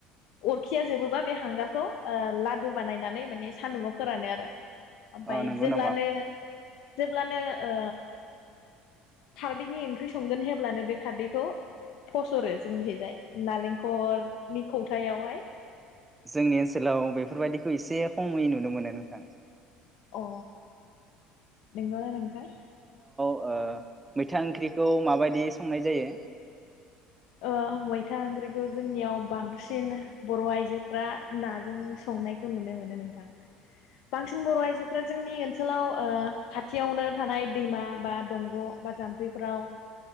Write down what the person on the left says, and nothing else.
अरखिया जोबोब्ला बे हांगारखौ ओ ला दु बानायनानै माने सान्दुङाव फोरानो आरो ओमफाय
जेब्लानो
जेब्लानो ओ खारदैनि ओंख्रि संगोन हब्लानो बे खारदैखौ फसरो जोंनिहैजाय। नालेंखरनि खथायावहाय।
अ नंगौना नोंथां
ओ मैथा ओंख्रिखौ जोंनियाव बांसिन बर'आइजोफ्रा नाजों संनायखौ नुनो नोंथां बांसिन बर'आइजोफ्रा जोंनि ओनसोलाव ओ खाथियावनो थानाय दैमा बा दंग' बा जाम्फैफ्राव